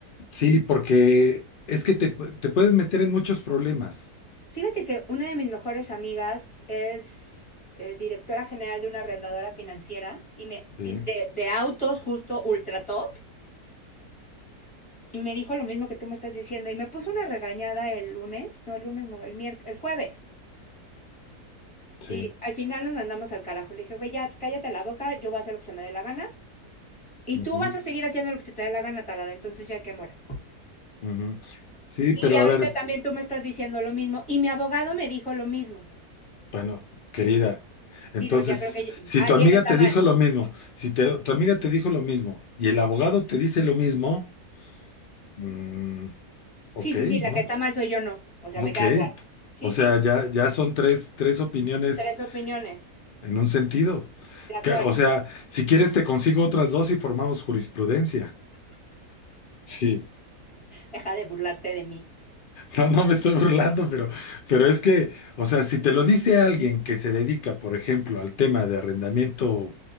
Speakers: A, on the left; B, on the left.
A: Sí, porque es que te, te puedes meter en muchos problemas.
B: Fíjate que una de mis mejores amigas es eh, directora general de una arrendadora financiera y me
A: Sí,
B: y de, de autos justo ultra top. Y me dijo lo mismo que tú me estás diciendo. Y me puso una regañada el lunes. No, el lunes no, el miérc- el jueves.
A: sí.
B: Y al final nos mandamos al carajo. Le dije, güey, ya cállate la boca, yo voy a hacer lo que se me dé la gana. Y
A: ujú,
B: tú vas a seguir haciendo lo que se te dé la gana, tarada. Entonces ya que mora.
A: ujú. Sí,
B: Y
A: pero
B: ya
A: a
B: ahorita
A: ver, es-
B: también tú me estás diciendo lo mismo. Y mi abogado me dijo lo mismo.
A: bueno, querida,
B: Sí,
A: entonces,
B: no, ya creo que ya-
A: si
B: alguien
A: tu amiga
B: está
A: te
B: mal.
A: dijo lo mismo, si te- tu amiga te dijo lo mismo y el abogado te dice lo mismo, mm, ok,
B: Sí, sí, sí, la
A: ¿no?
B: que está mal soy yo, no. O sea,
A: Ok,
B: me queda claro. Sí,
A: o
B: sí,
A: sea, ya, ya son tres, tres opiniones
B: tres opiniones.
A: en un sentido.
B: De acuerdo.
A: Que, o sea, si quieres te consigo otras dos y formamos jurisprudencia. Sí,
B: Deja de burlarte de mí.
A: no, no me estoy burlando, pero, pero es que, o sea, si te lo dice alguien que se dedica, por ejemplo, al tema de arrendamiento,